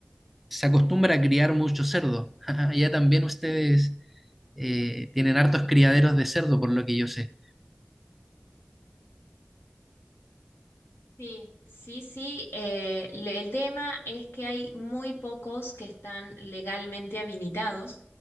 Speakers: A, in the centre; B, on the left.
A: se acostumbra a criar mucho cerdo. <laughs> Allá también ustedes eh, tienen hartos criaderos de cerdo, por lo que yo sé.
B: Sí, sí, sí. eh, le- el tema es que hay muy pocos que están legalmente habilitados